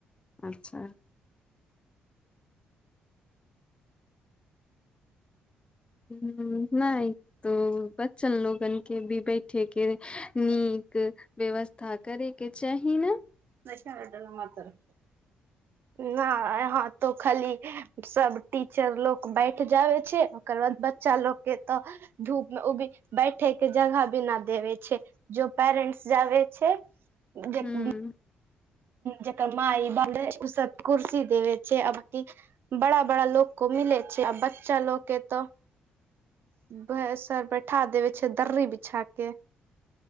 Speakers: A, on the left (about 25°); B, on the right (about 60°).
A: अच्छा हुँ नहि तो बच्चल लोगन के भी बैठेके नीक व्यवस्था करैके चाही न
B: पैसा के डर हमरा तर ना यहा तो खाली सब टीचर लोक बैठ जाबे छै ओकर बाद बच्चा लोग के तऽ धूप मे उबि बैठे के जगह भी न देबे छै जो पेरेंट्स जाबे छै जेक
A: हूँ
B: बि जेकर माइ बाबु रहै उ सब कुर्सी देबे छै आ बाकी बड़ा बड़ा लोक को मिले छै आ बच्चा लोक के तऽ बे सर बैठा देबै छै दर्री बिछा के